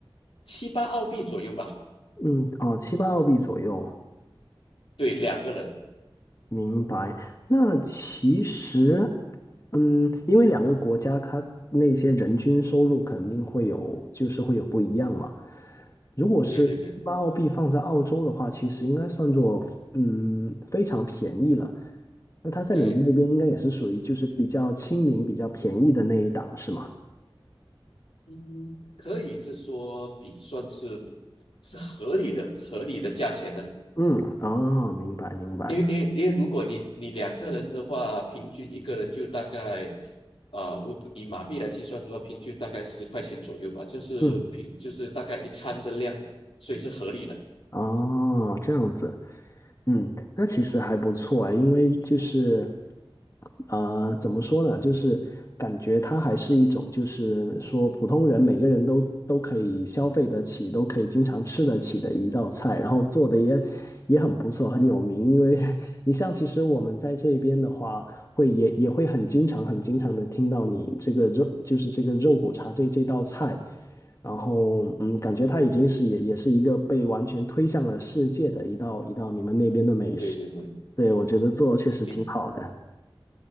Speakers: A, on the left; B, on the left.
A: 七八澳币左右吧。
B: 嗯，哦，七八澳币左右。
A: 对，两个人，
B: 明白。那其实，嗯，因为两个国家它那些人均收入肯定会有，
A: 嗯，
B: 就是会有不一样嘛。如果是把澳币放在澳洲的话，
A: 对对对
B: 其实应该算作嗯非常便宜了。那它在你们那边应该也是属于就是比较亲民、
A: 对，
B: 比较便宜的那一档，是吗？
A: 嗯，可以是说比算是比是合理的合理的价钱呢。
B: 嗯，哦，明白明白。
A: 因为因为因为如果你你两个人的话，平均一个人就大概，啊，我以马币来计算的话，平均大概十块钱左右吧，就是平就是大概一餐的量，
B: 嗯，
A: 所以是合理的。
B: 哦，这样子。嗯，那其实还不错啊，因为就是，呃，怎么说呢，就是感觉它还是一种，就是说普通人每个人都都可以消费得起，都可以经常吃得起的一道菜，然后做的也也很不错，很有名。因为 <laughs> 你像其实我们在这边的话，会也也会很经常很经常的听到你这个肉，就是这个肉骨茶这这道菜。然后嗯，感觉它已经是也也是一个被完全推向了世界的一道一道你们那边的美食。
A: 对对对，
B: 对，我觉得做确实挺好的。
A: 因